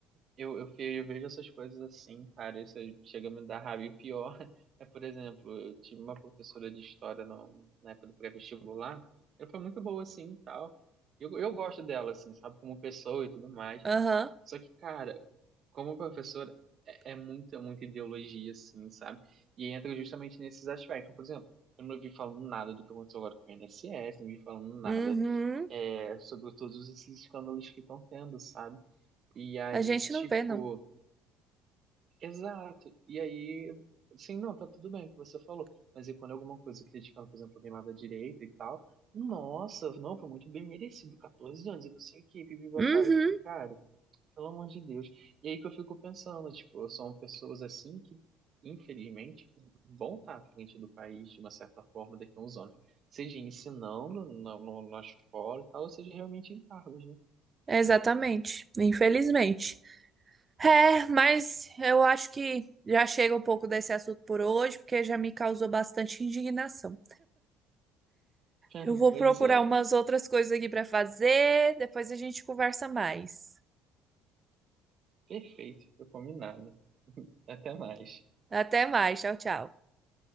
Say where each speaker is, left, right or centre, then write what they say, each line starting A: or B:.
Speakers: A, on the right; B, on the right.
A: Eu, eu, fe- eu vejo essas coisas assim, cara, isso chega a me dar raiva. E o pior <laughs> é, por exemplo, eu tive uma professora de história no, na época do pré-vestibular, ela foi muito boa assim e tal. Eu, eu gosto dela, assim, sabe, como pessoa e tudo mais.
B: Aham.
A: Só que, cara, como professora, é, é muita, muita ideologia, assim, sabe? E entra justamente nesses aspectos. Por exemplo, eu não vi falando nada do que aconteceu agora com o INSS, não vi falando nada
B: Uhum.
A: é, sobre todos esses escândalos que estão tendo, sabe? E aí,
B: A gente
A: tipo.
B: não vê, não.
A: Exato. E aí, assim, não, tá tudo bem o que você falou. Mas e quando alguma coisa criticaram, por exemplo, alguém lá da direita e tal? Nossa, não, foi muito bem merecido, 14 anos e não sei o que, vive
B: Uhum.
A: a pai. Eu fico, cara, pelo amor de Deus. E aí que eu fico pensando, tipo, são pessoas assim que, infelizmente, que vão estar à frente do país, de uma certa forma, daqui a uns anos. Seja ensinando na, no- na escola e tal, ou seja realmente em cargos, né?
B: Exatamente. Infelizmente. É, mas eu acho que já chega um pouco desse assunto por hoje, porque já me causou bastante indignação.
A: <laughs>
B: Eu vou
A: Pois
B: procurar
A: é,
B: umas outras coisas aqui para fazer, depois a gente conversa mais.
A: perfeito, foi combinado. <laughs> Até mais.
B: Até mais, tchau, tchau.